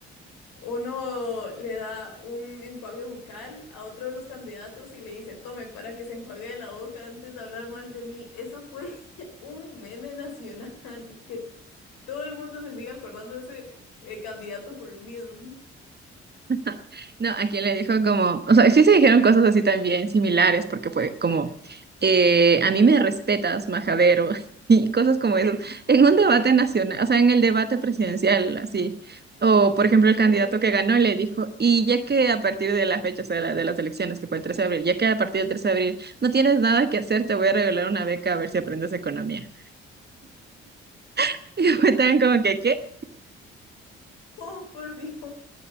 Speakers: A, on the left (about 75°); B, on the right (about 30°).
A: uno le da un enjuague bucal a otro de los candidatos y le dice, tome para que se enjuague la boca antes de hablar mal de mí. Eso fue <laughs> un meme nacional, que todo el mundo se sigue acordando de ese eh, candidato por lo mismo.
B: <laughs> No, a quien le dijo como, o sea, sí se dijeron cosas así también similares, porque fue como, eh, a mí me respetas, majadero, <laughs> y cosas como eso, en un debate nacional, o sea, en el debate presidencial, así. O, por ejemplo, el candidato
A: Sí.
B: que ganó le dijo, y ya que a partir de la fecha, o sea, la- de las elecciones, que fue el 13 de abril, ya que a partir del 13 de abril no tienes nada que hacer, te voy a regalar una beca a ver si aprendes economía. <laughs> Y fue tan como que, ¿qué?
A: Oh, por Dios.